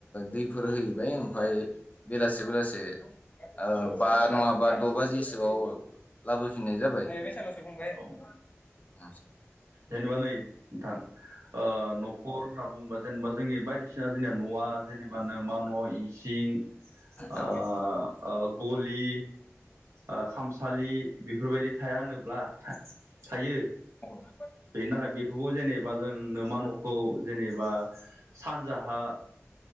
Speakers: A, on the left; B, on the right.
A: दैफोर हैबाय ओमफफ्राय बेलासे बेलासे ओ बा नङाबा द' बाजिसोआव लाबोफिननाय जाबाय। <inaudible>
B: औ जेनेबा नै नोंथां ओ न'खर होनना बुङोबा जेनेबा जोंनि बायदिसिना जोंनिया न'आ जेनेबा नोमा न' इसिं ओ
A: औ
B: ओ गलि ओ खामसालि बेफोरबायदि थाया होनोब्ला थायो।
A: औ
B: बेनि थाखाय बेफोरखौ जेनेबा
A: औ
B: जों नोमा न'खौ जेनेबा सानजाहा